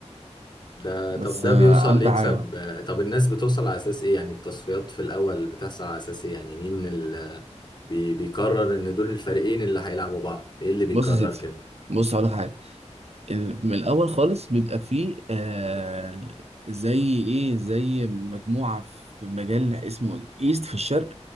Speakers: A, on the left; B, on the right.
A: ده طب
B: بس
A: ده
B: آه،
A: بيوصل
B: امتع
A: ليكسب
B: حاجه
A: آه، طب الناس بتوصل على أساس ايه يعني التصفيات في الأول بتحصل على أساس ايه يعني مين اللي بيقرر ان دول الفريقين اللي هيلعبوا بعض ايه اللي بيقرر
B: بص يا سيدي
A: كده
B: بص على حاجه ال- من الاول خالص بيبقى فيه آه زي ايه زي مجموعه في مجال اسمه الايست في الشرق